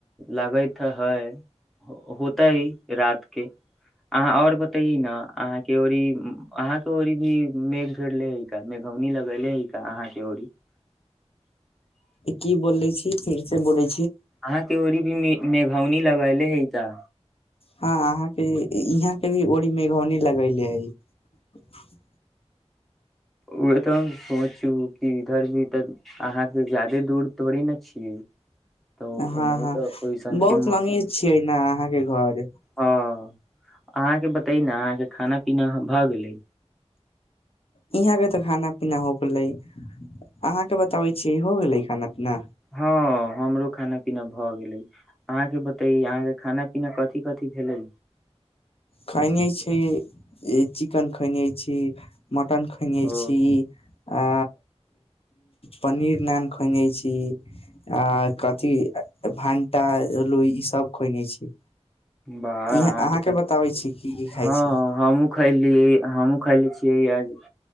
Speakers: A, in the centre; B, on the left.
A: लाग त हय होते रात के अहाँ आओर बतैैए न अहाँ के ओरी अहाँ के ओरी भी मेघ गरले है का मेघौनी लगेले है का अहाँ के ओरी <unintelligible>
B: की बोलैछी फिर से बोली
A: अहाँके ओरी भी मे मेघौनी लगैयले हय का
B: हँ अहाँके यहाँ के भी ओड़ी मेघौनी लगैले हइ <unintelligible>
A: ओए तऽ सोचू कि इधर भी तऽ अहाँ से ज्यादे दूर तोड़े नहि छियै तऽ
B: हँ
A: ओनाहु
B: हँ
A: तऽ ओइसनके
B: बहुत
A: मौसम
B: अमीर छियै ने अहाँके घर
A: हँ अहाँके बतै न अहाँके खाना पीना भऽ गेलै
B: यहाँ के तऽ खाना पीना हो गेलै अहाँ के बताबै छी हो गेले खाना पीना
A: हँ हमरो खाना पीना भऽ गेले आहाँके बतै आ खाना पीना कथी कथि भेलै
B: खैने छै चिकेन खैने छी मटन खैने
A: ओ
B: छी आ पनीर नान खैने छी आ कथि भण्टा लो ईसभ खुएने छी
A: बाह
B: इहाँ
A: अहाँके तऽ
B: बताबै छी की की खाइ
A: हँ
B: छी
A: हमहुँ खैली हँ हमु खइले छियैआज